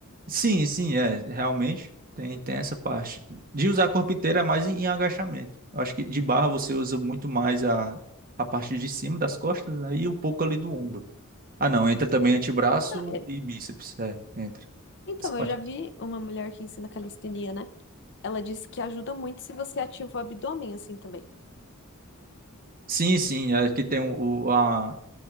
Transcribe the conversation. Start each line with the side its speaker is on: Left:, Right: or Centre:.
Right: Sim, sim, é, realmente tem, tem essa parte. De usar corpo inteiro é mais em, em agachamento. Eu acho que de barra você usa muito mais a, a parte de cima das costas, aí e um pouco ali do ombro. Ah, não, entra também antebraço
Left: Ah, é.
Right: e bíceps, é, entra.
Left: Então,
Right: Essa parte
Left: eu já
Right: mais.
Left: vi uma mulher que ensina calistenia, né? Ela disse que ajuda muito se você ativa o abdômen assim também.
Right: Sim, sim, é que tem o, o- a